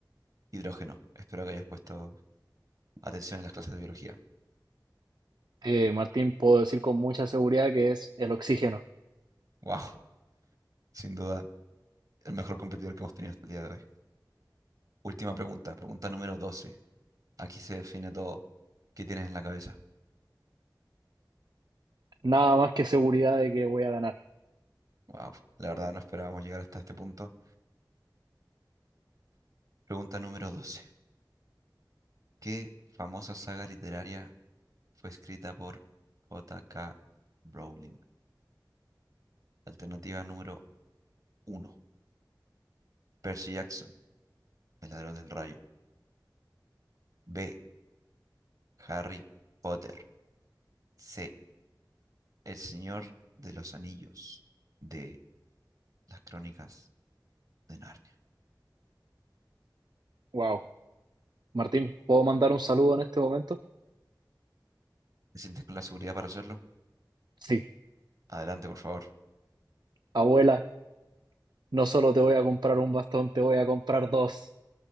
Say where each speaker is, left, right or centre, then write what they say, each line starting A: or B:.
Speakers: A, on the right (about 50°); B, on the right (about 65°).
A: Hidrógeno. Espero que hayas puesto atención en las clases de biología.
B: Eh, Martín, puedo decir con mucha seguridad que es el oxígeno.
A: ¡Wow! Sin duda, el mejor competidor que hemos tenido hasta el día de hoy. Última pregunta, pregunta número 12. Aquí se define todo. ¿Qué tienes en la cabeza?
B: Nada más que seguridad de que voy a ganar.
A: ¡Wow! La verdad no esperábamos llegar hasta este punto. Pregunta número 12. ¿Qué famosa saga literaria fue escrita por J. K. Rowling? Alternativa número uno. Percy Jackson. El ladrón del rayo. B. Harry Potter. C. El Señor de los Anillos. D. Las Crónicas de Narnia.
B: Wow. Martín, ¿puedo mandar un saludo en este momento?
A: ¿Te sientes con la seguridad para hacerlo?
B: Sí.
A: Adelante, por favor.
B: Abuela, no solo te voy a comprar un bastón, te voy a comprar dos.